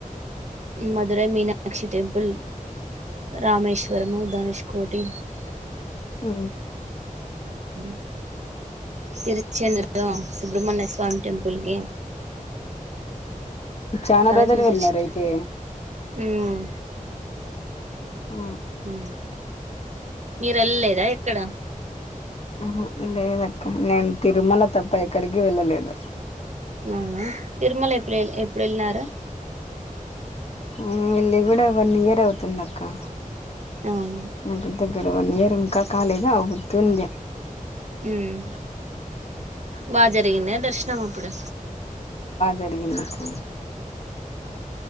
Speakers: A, on the right (about 55°); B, on the left (about 45°).
A: మధురై మీనాక్షి టెంపుల్ రామేశ్వరము ధనుష్కోటి
B: మ్మ్
A: మ్ తిరుచెందూర్లో సుబ్రహమణ్య స్వామి టెంపుల్కి
B: చానా రోజులు
A: చూసి
B: వెళ్ళినరు
A: వచ్చిన
B: అయితే
A: ఉమ్
B: ఆ
A: అవును మీరు ఎళ్ళలేదా ఎక్కడ
B: మ్ హు లేదక్క నేను తిరుమల తప్ప ఎక్కడికి వెళ్ళలేదు
A: అవునా తిరుమల ఎప్పుడు ఎప్పుడు వెళ్ళినారు
B: ఆ వెళ్ళి కూడా వన్ ఇయర్ అవుతుంది అక్క
A: అవును
B: దగ్ గ్గర వన్ ఇయర్ ఇంకా కాలేదు అవుతుంది
A: ఉమ్ బా జరిగింద దర్శనం అప్పుడు
B: జరిగిందక్క